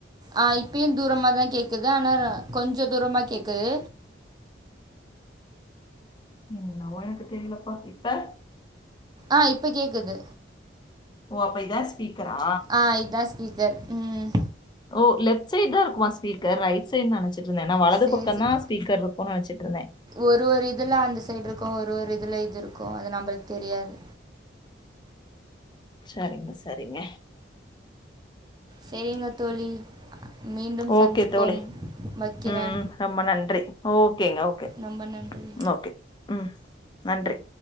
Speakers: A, on the right (about 20°); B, on the left (about 25°).
A: ஆ இப்பயு தூரமாதா கேக்குது ஆனா கொஞ்ச தூரமா கேக்குது
B: ம் ஒனக்கு தெரியலப்பா இப்ப
A: ஆ இப்ப கேக்குது
B: ஓ அப்ப இத ஸ்பீக் கரா
A: ஆ இதான் ஸ்பீக்கர் ம்
B: ஓ லெப்சைட் தான் இருக்குமா ஸ்பீக்கர் ரைட் சைடு நினச்சட்டு இருந்த நா வலது
A: சரி
B: பக்கம்
A: சரி
B: தான் ஸ்பீக்கர் இருக்கும்னு நச்சிட்டுந்தே
A: ஒரு ஒரு இதுல அந்த சைடு இருக்கும் ஒரு ஒரு இதுல இது இருக்கும் அது நம்மளுக்கு தெரியாது
B: சரிங்க சரிங்க
A: சரிங்க தோழி மீண்டும்
B: ஓகே
A: சந்திப்போம்
B: தோழி
A: வைக்கிறேன்
B: ம் ரொம்ப நன்றி ஓகேங்க ஓகே
A: ரொம்ப நன்றி
B: ஓகே ம் நன்றி